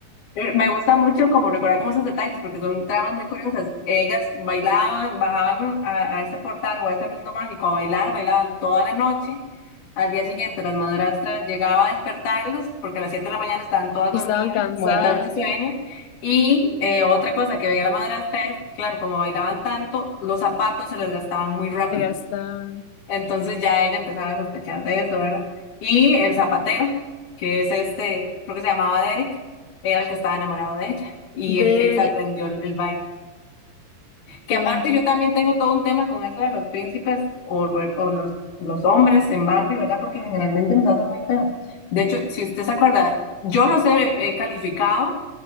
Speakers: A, on the left; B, on the left.
A: eh, me gusta mucho como recordar como esos detalles, porque son tramas muy curiosas. Ellas bailaban, bajaban a, a ese portal o a ese mundo mágico a bailar, bailaban toda la noche. Al día siguiente, las madrastras llegaba a despertarlas, porque a las 7 de la mañana estaban todas
B: Y
A: dormidas,
B: estaban cansadas,
A: muertas de sueño. Y eh, otra cosa que veía la madrastra es, claro, como bailaban tanto, los zapatos se les gastaban muy rápido.
B: se gastaban.
A: Entonces ya ella empezaba a sospechar de esto, ¿verdad? Y el zapatero, que es este, creo que se llamaba Derek, era el que estaba enamorado de ella y
B: Derek,
A: el que se aprendió el, el baile. Que
B: qué
A: aparte
B: hombre.
A: yo también tengo todo un tema con eso de los príncipes o, o los, los hombres en Barbie, ¿verdad? Porque generalmente nos hacen muy feo. De hecho, si usted se acuerda, yo los he, he calificado